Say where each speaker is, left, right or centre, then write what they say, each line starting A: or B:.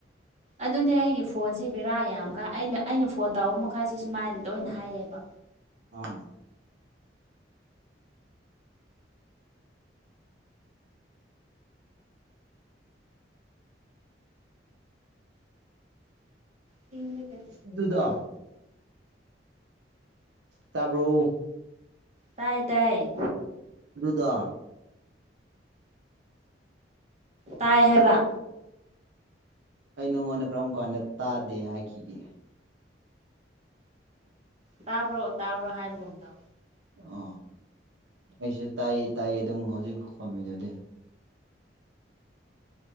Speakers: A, on the right (about 40°); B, on the right (about 70°).
A: ꯑꯗꯨꯅꯦ ꯑꯩꯒꯤ ꯐꯣꯟꯁꯦ ꯕꯦꯔꯥ ꯌꯥꯝ ꯀꯥꯏ ꯑꯩꯅ ꯑꯩꯅ ꯐꯣꯟ ꯇꯧꯕ ꯃꯈꯩꯁꯦ ꯁꯨꯨꯃꯥꯏꯅ ꯗꯣꯏꯅ ꯍꯥꯏꯌꯦꯕ
B: ꯑꯣ
A: ꯇꯤꯟꯒ ꯇꯔꯤ
B: ꯑꯗꯨꯗꯣ ꯇꯥꯕ꯭ꯔꯣ
A: ꯇꯥꯏꯌꯦ ꯇꯥꯏ
B: ꯑꯗꯨꯗꯣ
A: ꯇꯥꯏ ꯍꯥꯏꯕ
B: ꯑꯩ ꯅꯪꯉꯣꯟꯗ ꯀꯔꯝ ꯀꯥꯟꯗ ꯇꯥꯗꯦ ꯍꯥꯏꯈꯤꯒꯦ
A: ꯇꯥꯕ꯭ꯔꯣ ꯇꯥꯕ꯭ꯔꯣ ꯍꯥꯏꯕꯒꯨꯝ ꯇꯧ
B: ꯑ ꯑꯩꯁꯨ ꯇꯥꯏꯌꯦ ꯇꯥꯏꯌꯦ ꯑꯗꯨꯝ ꯍꯧꯖꯤꯛ ꯈꯨꯝꯃꯤꯗꯨꯗꯤ